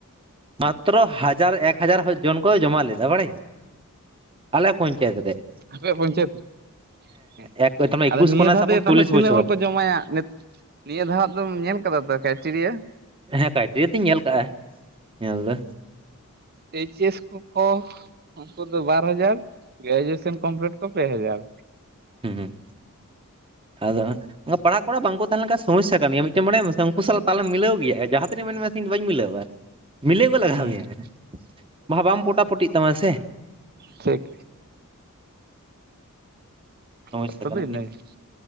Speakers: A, on the right; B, on the right.
A: ᱢᱟᱛᱨᱚ ᱦᱟᱡᱟᱨ
B: ᱦᱩᱸ
A: ᱮᱠ ᱦᱟᱡᱟᱨ ᱦᱚᱲ ᱡᱚᱱ ᱠᱚ ᱡᱚᱢᱟ ᱞᱮᱫᱟ ᱵᱟᱲᱟᱭ ᱟᱞᱮ ᱯᱚᱸᱪᱟᱭᱛ ᱨᱮ ᱾
B: ᱟᱯᱮᱭᱟᱜ ᱯᱚᱸᱪᱟᱭᱛ ᱨᱮ, ᱦᱮᱸ
A: ᱮᱠ ᱛᱟᱨᱢᱟᱱᱮ
B: ᱟᱫᱚ
A: ᱮᱠᱩᱥ
B: ᱱᱤᱭᱟᱹ
A: ᱠᱷᱚᱱᱟᱜ
B: ᱫᱷᱟᱣ
A: ᱥᱟᱵ
B: ᱫᱚ
A: ᱠᱟᱢ
B: ᱭᱟ ᱛᱟᱦᱞᱮ
A: ᱪᱚᱞᱞᱤᱥ
B: ᱛᱤᱱᱟᱹᱜ
A: ᱵᱚᱪᱷᱚᱨ
B: ᱦᱚᱲ ᱠᱚ ᱡᱚᱢᱟᱭᱟ ᱱᱤᱛ ᱱᱤᱭᱟᱹ ᱫᱷᱟᱣᱟᱜ ᱫᱚᱢ ᱧᱮᱞ ᱟᱠᱟᱫᱟ ᱛᱚ ᱠᱟᱭᱴᱮᱨᱤᱭᱟ.?
A: ᱦᱮᱸ ᱠᱟᱭᱴᱮᱨᱤᱭᱟ. ᱛᱟᱧ ᱧᱮᱞ ᱟᱠᱟᱜᱼᱟ ᱧᱮᱞ ᱫᱚ
B: ᱮᱪ ᱮᱥ ᱠᱚᱠᱚ ᱩᱱᱠᱩ ᱫᱚ ᱵᱟᱨ ᱦᱟᱡᱟᱨ ᱜᱨᱟᱡᱩᱟᱥᱚᱱ ᱠᱚᱢᱯᱞᱤᱴ ᱠᱚ ᱯᱮ ᱦᱡᱟᱨ
A: ᱦᱩᱸ ᱟᱫᱚ ᱯᱟᱲᱦᱟᱜ ᱠᱚᱲᱟ ᱵᱟᱝᱠᱚ ᱛᱟᱦᱮᱸ ᱞᱮᱱ ᱠᱷᱟᱱ ᱥᱚᱢᱚᱥᱭᱟ ᱠᱟᱱ ᱜᱮᱭᱟ ᱢᱤᱫᱴᱮᱱ ᱵᱟᱲᱟᱭ ᱟᱢ ᱩᱱᱠᱩ ᱥᱟᱞᱟᱜ ᱛᱟᱞ ᱮᱢ ᱢᱤᱞᱟ. ᱣ ᱜᱤᱭᱟ. ᱡᱟᱦᱟᱸ ᱛᱤᱱᱟᱹᱜ ᱢᱮᱱ ᱢᱮ ᱤᱧ ᱫᱚ ᱵᱟᱹᱧ ᱢᱤᱞᱟᱹᱣᱟ ᱢᱤᱞᱟᱹᱣ ᱜᱮ ᱞᱟᱜᱟᱣ
B: ᱦᱮᱸ
A: ᱢᱮᱭᱟ ᱵᱟᱦᱟ ᱵᱟᱝ ᱯᱚᱴᱟ ᱯᱩᱴᱤᱜ ᱛᱟᱢᱟ ᱥᱮ
B: ᱴᱷᱤᱠ
A: ᱥᱚᱢᱚᱥᱭᱟ
B: ᱠᱟᱛᱷᱟ
A: ᱠᱟᱱ
B: ᱫᱚ ᱤᱱᱟᱹᱜᱮ
A: ᱜᱮ